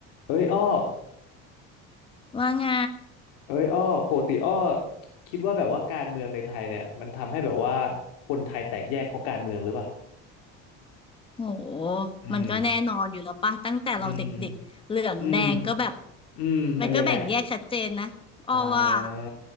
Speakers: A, on the left; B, on the left.
A: เอ้ยอ้อ
B: ว่าไง
A: เอ้ยอ้อปกติอ้อคิดว่าแบบว่าการเมืองในไทยเนี่ยมันทำให้แบบว่าคนไทยแตกแยกเพราะการเมืองหรือเปล่า
B: โห
A: อืม
B: มันก็แน่นอนอยู่แล้วป่ะตั้งแต่เราเด็กๆเหลืองแดงก็แบบ
A: อืม อืม อืมมันยังไง
B: มันก็แบ่งแยกชัดเจนนะออว่า
A: อ่า